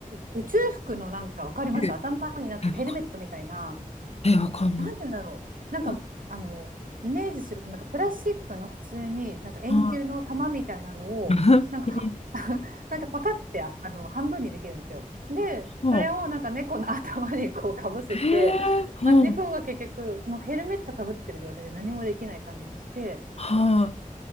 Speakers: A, on the right; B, on the left.
A: 宇宙服のなんかわかります頭になんかヘルメットみたいな、
B: え、わかんえわかんな
A: なんでだろう。なんか、
B: い。なんか
A: あの、イメージすると、なんかプラスチックの普通に、なんか円球の玉みたいなのを、
B: あ、<laughs>
A: なんかは、<laughs> なんかパカってああの半分にできるんですよ。で、
B: そ
A: それをなんか猫の頭にこうかぶせて、
B: う。えー、ほうん。
A: まあ、猫が結局、もうヘルメットかぶってる状態で何もできない感じにして、
B: は